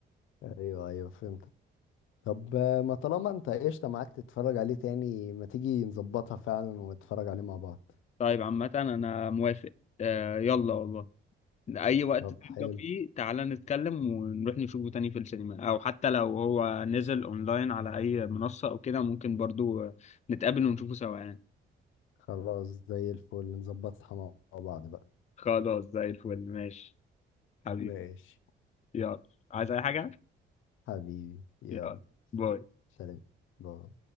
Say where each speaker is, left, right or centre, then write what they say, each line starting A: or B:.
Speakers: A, on the left; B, on the left.
A: ايوه ايوه فهمت طب آه، ما طالما انت قشطة معاك تتفرج عليه تاني ما تيجي نظبطها فعلا ونتفرج عليه مع بعض
B: طيب عامة انا موافق آه يلا والله اي وقت
A: طب
B: تبدأ
A: حلو
B: فيه تعالى نتكلم ونروح نشوفه تاني في السينما او حتى لو هو نزل اونلاين على اي منصة او كده ممكن برضو آه، نتقابل ونشوفه سوا يعني
A: خلاص زي الفل نظبطها مع بعض بقى
B: خلاص زي الفل ماشي حبيبي
A: ماشي
B: يلا عايز اي حاجة
A: حبيبي يلا
B: يلا باي
A: سلام باي